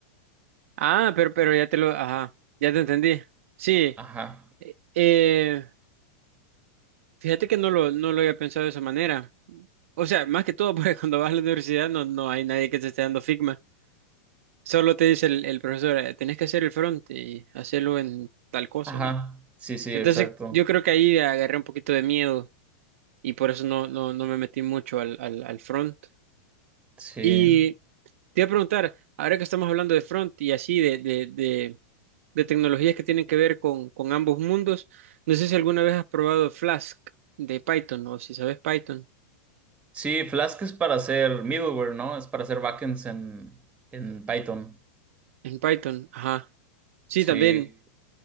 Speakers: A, on the right (about 65°); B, on the right (about 15°).
A: Ah, pero, pero ya te lo, ajá, ya te entendí. Sí.
B: Ajá.
A: Eh, Fíjate que no lo, no lo había pensado de esa manera. O sea, más que todo, <laughs> porque cuando vas a la universidad no, no hay nadie que te esté dando Figma. Solo te dice el, el profesor, "Eh, tenés que hacer el front y hacerlo en tal cosa,
B: Ajá.
A: ¿no?
B: Sí, sí,
A: Entonces,
B: exacto.
A: yo creo que ahí agarré un poquito de miedo y por eso no, no, no me metí mucho al, al, al front.
B: Sí.
A: Y te iba a preguntar, ahora que estamos hablando de front y así, de, de, de, de tecnologías que tienen que ver con, con ambos mundos, no sé si alguna vez has probado Flask de Python o si sabes Python.
B: Sí, Flask es para hacer middleware, ¿no? Es para hacer backends en, en Python.
A: En Python, ajá. Sí,
B: Sí.
A: también